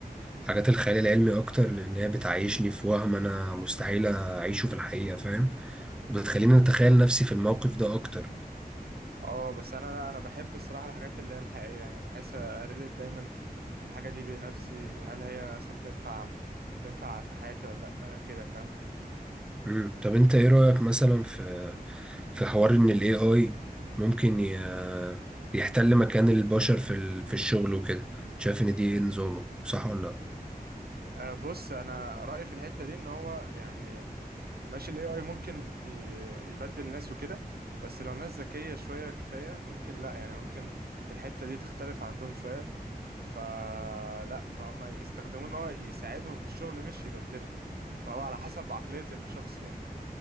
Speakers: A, in the centre; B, on the right.
A: حاجات الخيال العلمي أكتر لأن هي بتعيشني في وهم أنا مستحيل أعيشه في الحقيقة فاهم وبتخليني أتخيل نفسي في الموقف ده أكتر
B: اه بس انا لا انا بحب الصراحة الحاجات اللي هي الحقيقية يعني بحس اريليت دايما الحاجة دي بنفسي هل هي مثلا تنفع تنفع في حياتي ولا لا آه، كده فاهم
A: مم. طب أنت إيه رأيك مثلا في في حوار إن ال AI ممكن ي... يحتل مكان البشر في ال... في الشغل وكده شايف إن دي إيه نظامه صح ولا لأ؟
B: آه، بص انا رأيي في الحتة دي ان هو يعني ماشي الاي اي ممكن ي- يبدل ناس وكده بس لو ناس ذكية شوية كفاية ممكن لا يعني ممكن الحتة دي تختلف عندهم شوية فلا فهم يستخدموه ان هو يساعدهم في الشغل مش يبدلهم فهو على حسب عقلية الشخص يعني